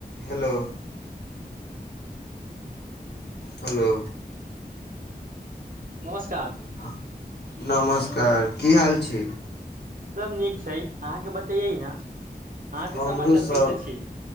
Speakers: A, on the left; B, on the right.
A: Hello hello
B: नमस्क
A: ह नमस का की हाल छी
B: सभ नीक छै अहाँके बतैयै ने अहाँके
A: हमरो
B: समाचार
A: सब
B: कैसे छी